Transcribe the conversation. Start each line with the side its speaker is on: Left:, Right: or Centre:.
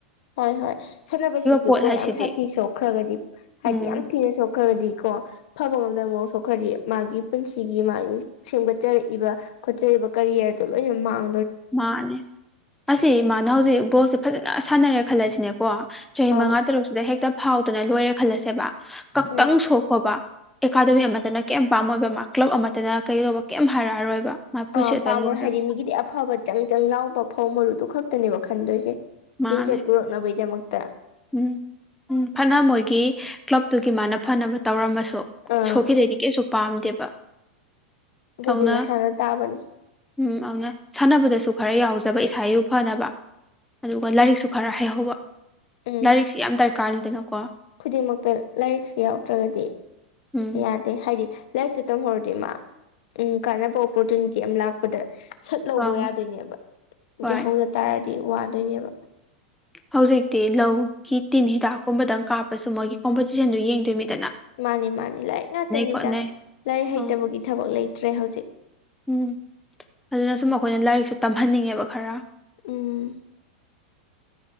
Left: ꯍꯣꯏ ꯍꯣꯏ ꯁꯥꯟꯅꯕꯁꯤꯁꯨ
Centre: ꯄꯣꯠ
Left: ꯀꯣ
Centre: ꯍꯥꯏꯁꯤꯗꯤ
Left: ꯌꯥꯝ ꯁꯥꯊꯤ ꯁꯣꯛꯈ꯭ꯔꯒꯗꯤ ꯍꯥꯏꯗꯤ
Centre: ꯎꯝ
Left: ꯌꯥꯝ ꯊꯤꯅ ꯁꯣꯛꯈ꯭ꯔꯒꯗꯤꯀꯣ ꯐꯕ ꯃꯛꯁꯨ ꯈꯔꯤ ꯃꯥꯒꯤ ꯄꯨꯟꯁꯤꯒꯤ ꯃꯥꯒꯤ ꯁꯦꯝꯒꯠꯆꯔꯛꯏꯕ ꯈꯣꯠꯆꯔꯤꯕ ꯀꯔꯤꯌꯔꯗꯣ ꯂꯣꯏꯅ ꯃꯥꯡ
Centre: ꯃꯥꯅꯦ ꯑꯁꯤ ꯏꯃꯅ ꯍꯧꯖꯤꯛ ꯕꯣꯜꯁꯦ ꯐꯖꯅ ꯁꯥꯟꯅꯔꯦ ꯈꯜꯂꯁꯤꯅꯦꯀꯣ ꯆꯍꯤ
Left: ꯑꯧ
Centre: ꯃꯉꯥ ꯇꯔꯨꯛꯁꯤꯗ ꯍꯦꯛꯇ ꯐꯥꯎꯗꯅ ꯂꯣꯏꯔꯦ ꯈꯜꯂꯁꯦꯕ ꯈꯛꯇꯪ
Left: ꯎꯝ
Centre: ꯁꯣꯛꯈꯣꯕ ꯑꯦꯀꯥꯗꯃꯤ ꯑꯃꯠꯇꯅ ꯀꯔꯤꯝ ꯄꯥꯝꯃꯣꯏꯕ ꯃꯥ ꯀ꯭ꯂꯕ ꯑꯃꯇꯅ ꯀꯩꯗꯧꯕ ꯀꯩꯝ ꯍꯥꯏꯔꯛꯑꯔꯣꯏꯕ ꯃꯥ ꯄꯨꯁꯦ
Left: ꯑꯥ ꯄꯥꯝꯃꯔꯣꯏ
Centre: ꯇꯂꯨ ꯑꯔꯝ
Left: ꯍꯥꯏꯗꯤ ꯃꯤꯒꯤꯗꯤ ꯑꯐꯕ ꯆꯪ ꯆꯪ ꯂꯥꯎꯕ ꯐꯧ ꯃꯔꯨꯗꯨ ꯈꯛꯇꯅꯦꯕ ꯈꯟꯗꯣꯏꯁꯦ
Centre: ꯃꯥꯅꯦ
Left: ꯃꯤꯡꯆꯠ ꯄꯨꯔꯛꯅꯕꯒꯤꯗꯃꯛꯇ
Centre: ꯎꯝ ꯎꯝ ꯐꯅ ꯃꯣꯏꯒꯤ ꯀ꯭ꯂꯞꯇꯨꯒꯤ ꯃꯥꯅ ꯐꯅꯕ ꯇꯧꯔꯝꯃꯁꯨ
Left: ꯑꯥ
Centre: ꯁꯣꯛꯈꯤꯗꯩꯗꯤ ꯀꯩꯁꯨ ꯄꯥꯝꯗꯦꯕ
Left: ꯑꯗꯨꯗꯤ
Centre: ꯑꯗꯨꯅ
Left: ꯃꯁꯥꯅ ꯇꯥꯕꯅꯤ
Centre: ꯎꯝ ꯑꯗꯨꯅ ꯁꯥꯟꯅꯕꯗꯁꯨ ꯈꯔ ꯌꯥꯎꯖꯩ ꯐꯖꯕ ꯏꯁꯥꯕꯨ ꯐꯅꯕ ꯑꯗꯨꯒ ꯂꯥꯏꯔꯤꯛꯁꯨ ꯈꯔ ꯍꯩꯍꯧꯕ
Left: ꯎꯝ
Centre: ꯂꯥꯏꯔꯤꯛꯁꯤ ꯌꯥꯝ ꯗꯔꯀꯥꯔ ꯀꯥꯔꯤ ꯇꯅꯀꯣ
Left: ꯈꯨꯗꯤꯡꯃꯛꯇ ꯂꯥꯏꯔꯤꯛꯁꯤ ꯌꯥꯎꯗ꯭ꯔꯒꯗꯤ
Centre: ꯎꯝ
Left: ꯌꯥꯗꯦ ꯍꯥꯏꯗꯤ ꯂꯥꯏꯐꯇ ꯇꯝꯍꯧꯔꯗꯤ ꯏ ꯃꯥ ꯎꯝ ꯀꯥꯟꯅꯕ ꯑꯣꯄꯣꯔꯆꯨꯅꯤꯇꯤ ꯑꯃ ꯂꯥꯛꯄꯗ ꯁꯠ ꯂꯧꯕ
Centre: ꯑꯪ
Left: ꯌꯥꯗꯣꯏꯅꯦꯕ
Centre: ꯍꯣꯏ
Left: ꯌꯥꯍꯧꯗ ꯇꯥꯔꯗꯤ ꯋꯥꯗꯣꯏꯅꯦꯕ
Centre: ꯍꯧꯖꯤꯛꯇꯤ ꯂꯧꯒꯤ ꯇꯤꯟ ꯍꯤꯗꯥꯛꯀꯨꯝꯕꯗꯪ ꯀꯥꯞꯄꯁꯨ ꯃꯣꯏꯒꯤ ꯀꯣꯝꯄꯣꯇꯤꯁꯟꯗꯨ ꯌꯦꯡꯗꯣꯏ ꯃꯤꯠ
Left: ꯃꯥꯅꯤ ꯃꯥꯅꯤ ꯂꯥꯏꯔꯤꯛ ꯉꯥꯛꯇꯅꯤꯗ
Centre: ꯈꯣꯠꯅꯩ
Left: ꯂꯥꯏꯔꯤꯛ ꯍꯩꯇꯕꯒꯤ
Centre: ꯑꯪ
Left: ꯊꯕꯛ ꯂꯩꯇ꯭ꯔꯦ ꯍꯧꯖꯤꯛ
Centre: ꯎꯝ ꯑꯗꯨꯅ ꯁꯨꯝ ꯑꯩꯈꯣꯏꯅ ꯂꯥꯏꯔꯤꯛꯁꯨ ꯇꯝꯍꯟꯅꯤꯡꯉꯦꯕ ꯈꯔ
Left: ꯎꯝ